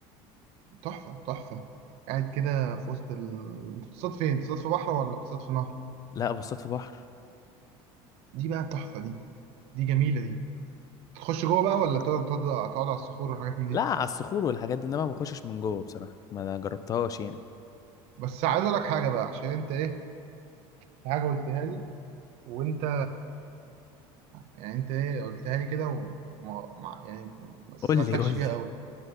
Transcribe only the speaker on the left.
لا بصطاد في بحر
لا على الصخور والحاجات دي انما ما بخشش من جوه بصراحه ما انا جربتهاش يعني
قول لي قول
لي